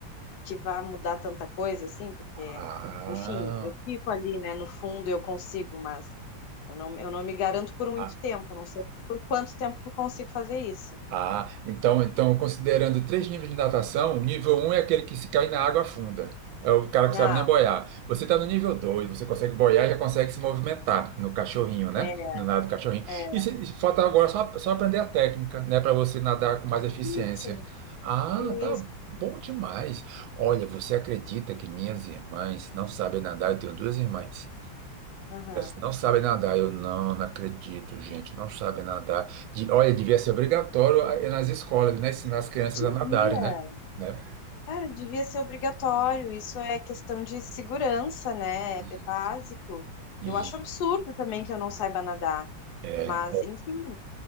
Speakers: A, on the left (about 65°); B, on the right (about 85°).
A: que vá mudar tanta coisa, assim, porque,
B: ah,
A: enfim, eu fico ali, né? No fundo eu consigo, mas. Eu não, eu não me garanto por muito
B: ah,
A: tempo, eu não sei por quanto tempo eu consigo fazer isso.
B: Ah, então, então, considerando três níveis de natação, o nível um é aquele que se cai na água afunda. É o cara
A: Não,
B: que sabe nem boiar. Você está no nível 2, você consegue boiar e já consegue se movimentar no cachorrinho, né?
A: é,
B: No nado do cachorrinho.
A: é.
B: E, se- e falta agora só, só aprender a técnica, né? Para você nadar com mais eficiência.
A: Isso,
B: Ah,
A: isso.
B: tá bom demais. Olha, você acredita que minhas irmãs não sabem nadar? Eu tenho duas irmãs.
A: Aham.
B: Não sabem nadar, eu não, não acredito, gente, não sabem nadar. De- olha, devia ser obrigatório a- nas escolas, né? Ensinar as crianças
A: Devia,
B: a nadarem, né? Né?
A: cara, devia ser obrigatório. Isso é questão de segurança, né?
B: E,
A: É é básico.
B: e,
A: Eu acho absurdo também que eu não saiba nadar.
B: é,
A: Mas, enfim,